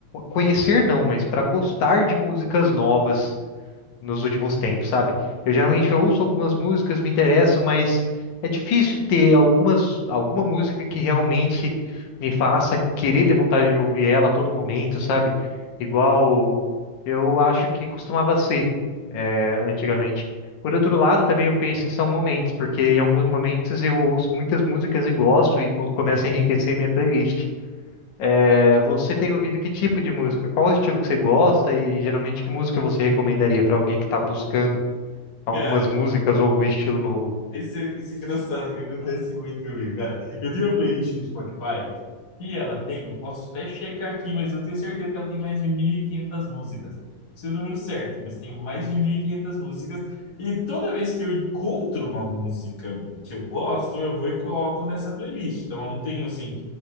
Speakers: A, on the left; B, on the left.
A: conhecer, não, mas pra gostar de músicas novas. nos últimos tempos, sabe? Eu geralmente ouço algumas músicas, me interessam, mas é difícil ter algumas, alguma música que realmente me faça querer ter vontade de ouvir ela a todo momento, sabe? Igual eu acho que costumava ser, é, antigamente. Por outro lado, também eu penso que são momentos, porque em alguns momentos eu ouço muitas músicas e gosto e co- começa a enriquecer minha playlist. É, você tem ouvido que tipo de música? Qual o estilo que você gosta e geralmente que música você recomendaria para alguém que está buscando algumas
B: Cara,
A: músicas ou algum estilo novo.
B: Esse, esse isso é engraçado que acontece muito comigo, cara. Eu tenho uma playlist no Spotify e ela tem, eu posso até checar aqui, mas eu tenho certeza que ela tem mais de 1.500 músicas. Seu número certo, mas tem mais de 1.500 músicas. E toda vez que eu encontro uma música que eu gosto, eu vou e coloco nessa playlist. Então eu não tenho, assim,